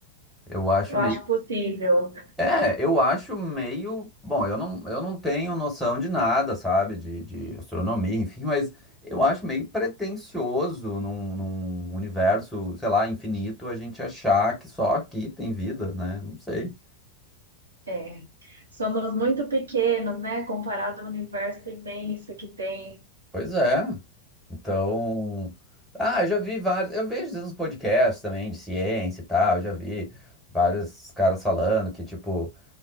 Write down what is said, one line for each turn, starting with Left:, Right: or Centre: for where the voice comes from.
Centre: eu acho
Right: eu
Centre: meio
Right: acho possível.
Centre: É, eu acho meio. Bom, eu não, eu não tenho noção de nada, sabe? De, de astronomia, enfim, mas eu acho meio pretensioso num, num universo, sei lá, infinito, a gente achar que só aqui tem vida, né? Não sei.
Right: É, somos muito pequenos, né, comparado ao universo imenso que tem.
Centre: Pois é. Então. Ah, eu já vi vários. Eu vejo às vezes uns podcasts também de ciência e tal, eu já vi vários caras falando que, tipo.